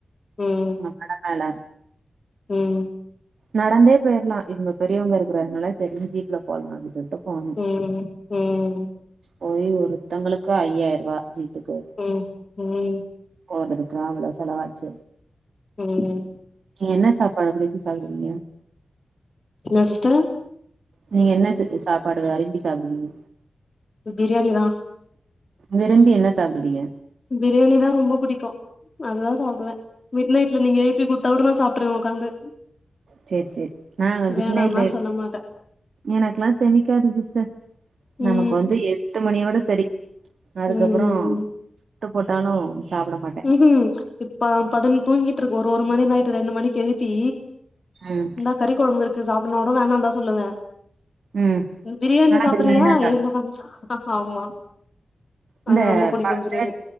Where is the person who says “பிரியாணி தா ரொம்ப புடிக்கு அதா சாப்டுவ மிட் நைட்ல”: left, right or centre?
Left